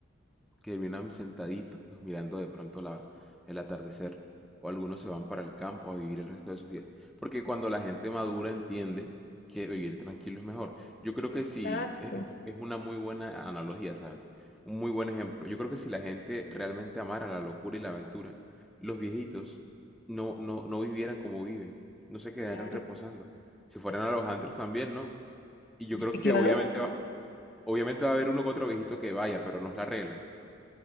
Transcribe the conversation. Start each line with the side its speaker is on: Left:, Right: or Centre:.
Centre: que terminan sentaditos mirando de pronto la, el atardecer, o algunos se van para el campo a vivir el resto de sus días. Porque cuando la gente madura entiende que vivir tranquilo es mejor. Yo creo
Left: Exacto,
Centre: que si es es una muy buena analogía, ¿sabes? Un muy buen ejemplo. Yo creo que si la gente realmente amara la locura y la aventura, los viejitos no, no, no vivieran como viven, no se quedaran
Left: claro.
Centre: reposando. Si fueran a los antros también, ¿no? Y yo
Left: Sí,
Centre: creo que
Left: Claro,
Centre: obviamente va, Claro. obviamente va a haber uno que otro viejito que vaya, pero no es la regla.